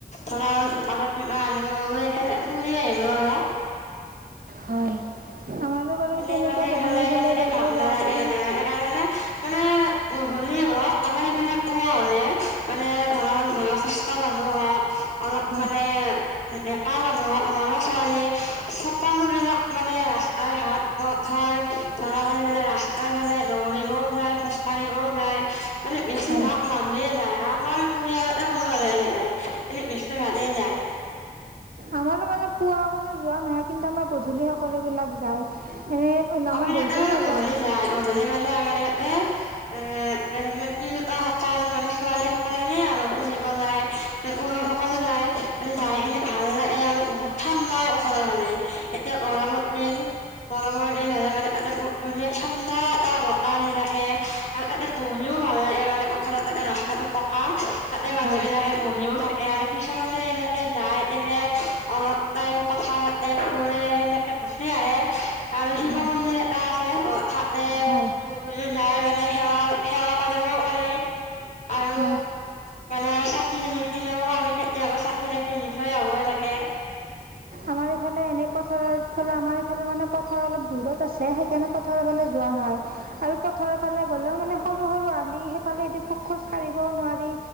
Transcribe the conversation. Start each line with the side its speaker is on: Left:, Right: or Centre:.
Left: ধৰা দোকানত কিবা আনিব গ'লে এনে ফুৰি আহিলো অলপ।
Right: হয়। আমাৰো বাৰু
Left: এনেই
Right: তেনেকুৱা
Left: মানে এইফালে,
Right: দোকানৰ ফালে
Left: সেনেকে
Right: গ'লেও
Left: ভাল
Right: যাব
Left: নালাগে।
Right: পাৰি
Left: এইকাৰণে মানে উ বুলি হ আমাৰ এইফালে কোৱা হ'লে, মানে ধৰা বয়সস্থ মানুহ হওক অলপ
Right: হয়
Left: মানে ডেকা মানুহক ল'ৰা-ছোৱালী সকলোবিলাক মানে ৰাস্তাই ঘাট পথৰ ধৰা ফালি ফে ৰাস্তাৰ ফালে দৌৰিবও যায়, খোজ কঢ়িবও যায়। অ' বেছি
Right: হয়
Left: ভাগ মানুহে আমাৰ পৰিয়ালতে <unintelligible> যায়
Right: আমাৰো মানে পুৱা কোনো যোৱা নহয়, কিন্তু আমাৰ গধূলি সকলোবিলাক যায় এনেই
Left: আমাৰ
Right: দেউতা
Left: ইহঁতে মানে
Right: নাযায়
Left: গধূলি যায়, গধূলি মানে আমাৰ ইহঁতে এ-এনে তিৰোতাসকল মানে ছোৱালীসকল এনে আৰু ফুৰি যায়। সকলো যায় মানে যাই কেনে ভাল লাগে। আৰু বহুত ঠাণ্ড না পথৰ মানে এতিয়া গৰমত। <unintelligible> গৰমৰ দিন হ'লে মানে ধুনীয়া ঠাণ্ডা এটা বতাহ দি থাকে। আৰু তাতে বহিও ভাল লাগে মানে পথাৰত ৰাস্তাটো পকা। তাতে মানুহবিলাকে
Right: হয়
Left: বহিও থাকে আৰু কিছুমানে এনেকে যায়, এনে অলপ টাইম কথা পাতে, ফুৰে। সেনেকে গুচি আহে, আৰু শিৱ
Right: হয়
Left: মন্দিৰ এটা আছে। অ তাতে
Right: হয়
Left: গধূলি যাই মানে সেৱা সেৱা কৰিবও পাৰি আৰু
Right: হয়
Left: মানে চাকি নি দিলেও আমি কেতিয়াবা চাকি নাকি নি থৈ আহব সেনেকে
Right: আমাৰ এইফালে এনে পথাৰৰ ফালে আমাৰ মানে পথাৰ অলপ দূৰত আছে সেইকাৰণে পথাৰৰ ফালে যোৱা নহয় আৰু পথাৰৰ ফালে গ'লেও মানে সৰু সৰু আালি সেইফালে পোক খোজ কাঢ়িবও নোৱাৰি